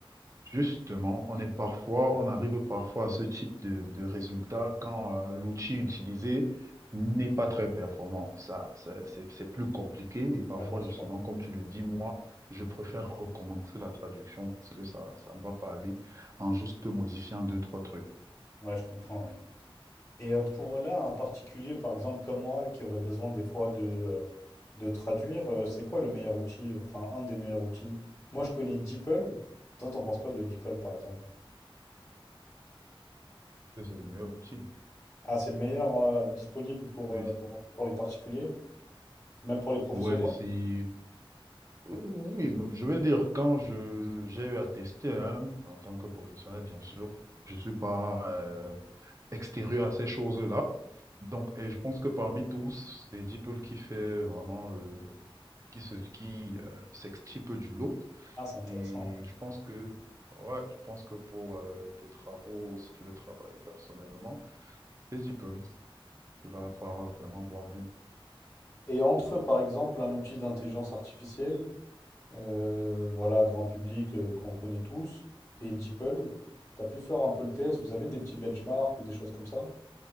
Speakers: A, on the right; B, on the left.
A: Justement, on est parfois, on arrive parfois à ce type de, de résultat quand euh, l'outil utilisé n'est pas très performant. Ça, ça, c'est c'est plus compliqué et parfois,
B: Ah, bien sûr.
A: justement, comme tu le dis, moi, je préfère recommencer la traduction parce que ça, ça ne va pas aller en juste modifiant deux, trois trucs.
B: Ouais, je comprends, ouais. Et euh, pour là, un particulier, par exemple, comme moi, qui aurait besoin des fois de, euh, de traduire, euh, c'est quoi le meilleur outil, euh, enfin, un des meilleurs outils? Moi, je connais DeepL. Toi, t'en penses quoi de DeepL, par exemple?
A: C'est le meilleur outil.
B: Ah, c'est le meilleur euh, disponible pour,
A: Oui.
B: euh, pour, pour les particuliers, même pour les professionnels?
A: Ouais, c'est... euh, Oui, bah, je veux dire, quand je j'ai eu à tester, hein, en tant que professionnel, bien sûr, je ne suis pas euh, extérieur à ces choses-là. Donc, et je pense que parmi tous, c'est DeepL qui fait vraiment le... qui se qui euh, s'extirpe du lot.
B: Ah, c'est intéressant.
A: Et
B: ouais.
A: je pense que ouais, je pense que pour euh, tes travaux, si tu veux travailler personnellement, c'est DeepL. Tu vas pas vraiment voir mieux.
B: Et entre, eux, par exemple, un outil d'intelligence artificielle, euh, voilà, grand public euh, qu'on connaît tous, et DeepL, t'as pu faire un peu le test, vous avez des petits benchmarks ou des choses comme ça?